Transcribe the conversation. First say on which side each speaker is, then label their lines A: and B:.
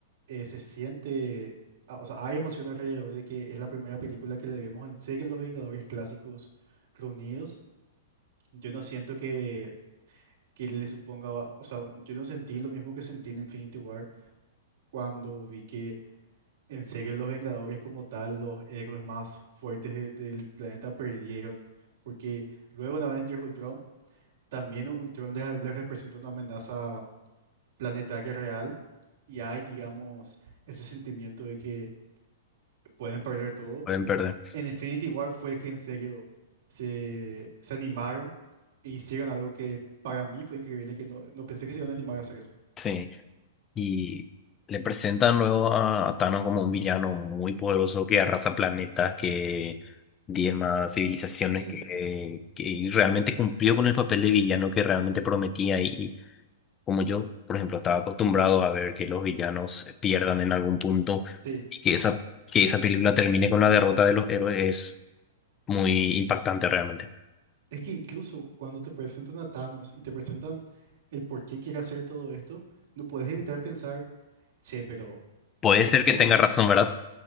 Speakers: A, on the right (about 60°); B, on the left (about 20°).
A: eh, se siente, ah, o sea, hay emoción alrededor de que es la primera película que le vemos en serie a los Vengadores clásicos reunidos. Yo no siento que, que le suponga, o sea, yo no sentí lo mismo que sentí en Infinity War cuando vi que en serie los Vengadores como tal, los héroes más fuertes de- del planeta perdieron, porque luego en Avengers Ultron también Ultron les, les representó una amenaza planetaria real y hay, digamos, ese sentimiento de que pueden perder todo.
B: pueden perder.
A: En Infinity War fue que en serio se, se animaron e hicieron algo que para mí fue increíble, que no, no pensé que se iban a animar a hacer eso.
B: Sí. Y le presentan luego a, a Thanos como un villano muy poderoso que arrasa planetas, que diezma civilizaciones,
A: Sí,
B: que, que y realmente cumplió con el papel de villano que realmente prometía. Y, y como yo, por ejemplo, estaba acostumbrado a ver que los villanos pierdan en algún punto
A: sí.
B: y que esa, que esa película termine con la derrota de los héroes es muy impactante realmente.
A: Es que incluso cuando te presentan a Thanos y te presentan el por qué quiere hacer todo esto, no puedes evitar pensar, che, pero
B: Puede
A: este
B: ser
A: tipo
B: que tenga razón, ¿verdad?